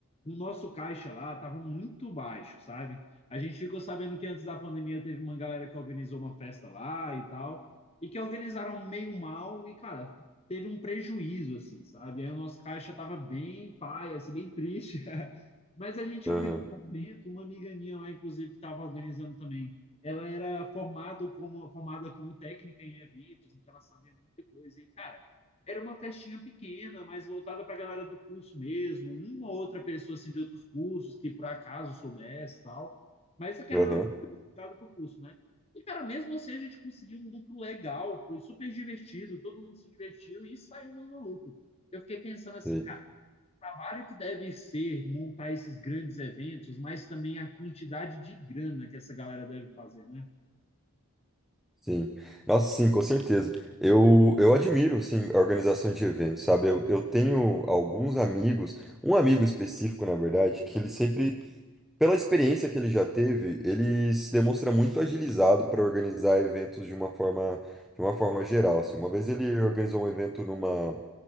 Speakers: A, on the left; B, in the centre.
A: o nosso caixa lá estava muito baixo, sabe? A gente ficou sabendo que antes da pandemia teve uma galera que organizou uma festa lá e tal, e que organizaram meio mal, e, cara, teve um prejuízo, assim, sabe? Aí o nosso caixa estava bem paia, assim, bem triste. <laughs> Mas a gente
B: Aham,
A: organizou um evento, uma amiga minha lá, inclusive, que estava organizando também, ela era formado como, formada como técnica em eventos, então ela sabia muita coisa. E, cara, era uma festinha pequena, mas voltada para a galera do curso mesmo, uma ou outra pessoa assim, de outros cursos que por acaso soubesse e tal. Mas aquela
B: aham,
A: era uma coisa ligada para o curso, né? E, cara, mesmo assim a gente conseguiu um lucro legal, foi super divertido, todo mundo se divertiu e saiu no lucro. Eu fiquei pensando assim,
B: sei,
A: cara, o trabalho que deve ser montar esses grandes eventos, mas também a quantidade de grana que essa galera deve fazer, né?
B: sim. Nossa, sim, com certeza. Eu, eu admiro, sim, a organização de eventos, sabe? Eu, eu tenho alguns amigos, um amigo específico, na verdade, que ele sempre, pela experiência que ele já teve, ele se demonstra muito agilizado para organizar eventos de uma forma, de uma forma geral, assim. Uma vez ele organizou um evento numa,